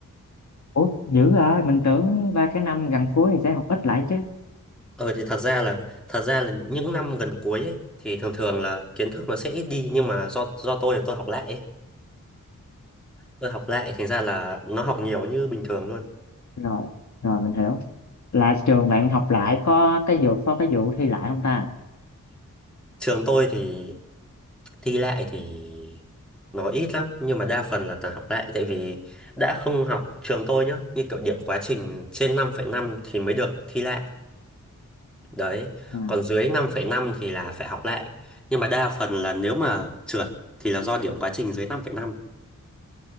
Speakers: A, on the left; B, in the centre.
A: Ủa, dữ rồi, mình tưởng ba cái năm gần cuối thì sẽ học ít lại chứ.
B: Ờ thì thật ra là thật ra là những năm gần cuối ấy, thì thường thường là kiến thức nó sẽ ít đi nhưng mà do do tôi là tôi học lại ấy. Tôi học lại thành ra là nó học nhiều như bình thường luôn.
A: Rồi, rồi mình hiểu. Là trường bạn học lại có cái vụ có cái vụ thi lại không ta?
B: Trường tôi thì thi lại thì nó ít lắm nhưng mà đa phần là toàn học lại tại vì đã không học trường tôi nhá, như kiểu điểm quá trình trên năm phẩy năm thì mới được thi lại. Đấy,
A: À,
B: còn dưới năm phẩy năm thì là phải học lại. Nhưng mà đa phần là nếu mà trượt thì là do điểm quá trình dưới năm phẩy năm